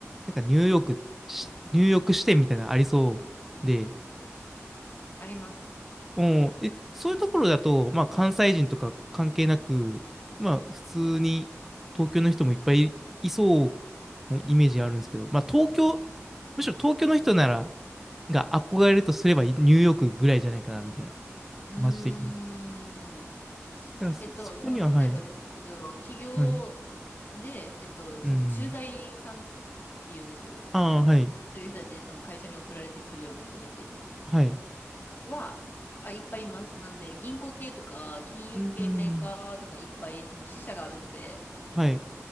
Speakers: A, in the centre; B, on the left (about 45°).
A: なんかニューヨークし、ニューヨーク支店みたいなのありそうで、
B: あります。
A: うん、え、そういうところだと、まあ関西人とか関係なく、まあ普通に東京の人もいっぱいいそうなイメージあるんですけど、まあ東京、むしろ東京の人なら、が憧れるとすればニューヨークぐらいじゃないかな、みたいな、
B: うーん。
A: 街的に。
B: すえっと、
A: だからそ、そこには、
B: その例えばですけど、
A: はい、
B: 企業で、
A: はい、
B: えっと、
A: うん。
B: その駐在さんって言うんですけど、そ
A: ああ、はい。
B: ういう人たち、その会社に送られてくるような人たち
A: はい。
B: は、あ、いっぱいいます。なんで、銀行系とか、金融系メーカーとか、
A: うーん。
B: いっぱいその支社があるので、
A: はい。